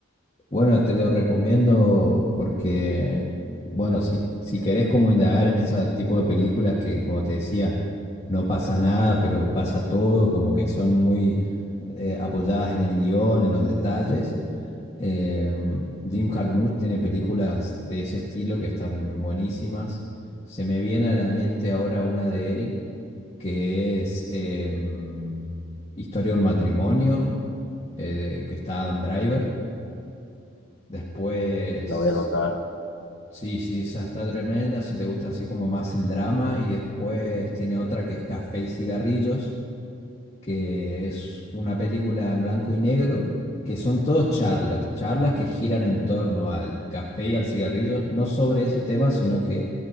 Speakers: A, on the left; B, on the left.
A: Bueno, te lo recomiendo porque, bueno, si, si querés como indagar en ese tipo de películas que, como te decía, no pasa nada, pero pasa todo, como que son muy eh, apoyadas en el guión, en los detalles. eh, Jim Jarmusch tiene películas de ese estilo que están buenísimas. Se me viene a la mente ahora una de él que es em, Historia de un matrimonio, eh, de- que está Adam Driver. Después
B: la voy a anotar.
A: Sí, sí, esa está tremenda, si te gusta así como más el drama y después tiene otra que es Café y Cigarrillos, que es una película en blanco y negro, que son todos charlas, charlas que giran en torno al café y al cigarrillo, no sobre ese tema, sino que